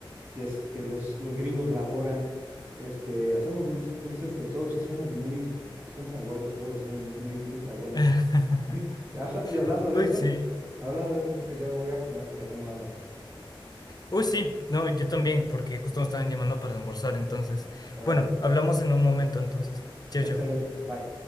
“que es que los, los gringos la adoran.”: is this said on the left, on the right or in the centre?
Right